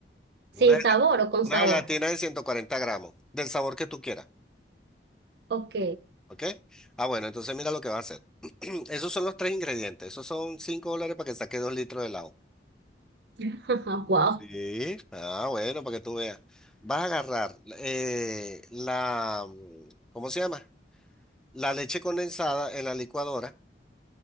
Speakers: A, on the right (about 65°); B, in the centre.
A: sin
B: Una, gel-
A: sabor o con
B: una
A: sabor.
B: gelatina de 140 gramos, del sabor que tú quieras.
A: Ok.
B: ¿Ok? Ah, bueno, entonces mira lo que va a hacer. <clears throat> Esos son los tres ingredientes. Esos son 5 dólares para que saque 2 litros de helado.
A: <laughs> Wow.
B: Sí. Ah, bueno, para que tú veas. Vas a agarrar eh, la, mm, ¿cómo se llama? La leche condensada en la licuadora.